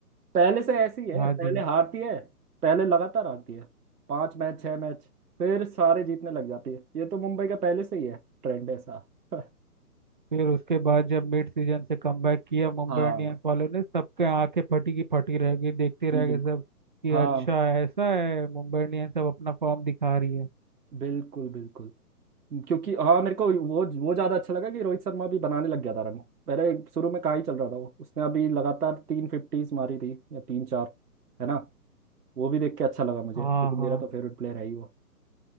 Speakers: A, on the right; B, on the right.
A: पहले से ऐसी है
B: हाँ
A: पहले
B: जी
A: हारती है पहले लगातार हारती है पांच मैच छह मैच फिर सारे जीतने लग जाती है ये तो मुंबई का पहले से ही है ट्रेंड ऐसा <laughs>
B: फिर उसके बाद जब मिड सीजन से कमबैक किया मुंबई
A: हाँ
B: इंडियंस वालों ने सबके आंखें फटी की फटी रह गई देखते
A: जी
B: रह
A: बिल्कुल
B: गए सब कि
A: हाँ
B: अच्छा ऐसा है मुंबई इंडियंस अब अपना फॉर्म दिखा रही है
A: बिल्कुल बिल्कुल क्योंकि हाँ मेरे को वो वो ज्यादा अच्छा लगा कि रोहित शर्मा भी बनाने लग गया था रन पहले शुरू में कहाँ ही चल रहा था वो उसने अभी लगातार तीन फिफ्टीज मारी थी या तीन चार है ना वो भी देख के अच्छा लगा मुझे
B: हाँ
A: क्योंकि
B: हाँ
A: मेरा तो फेवरेट प्लेयर है ही वो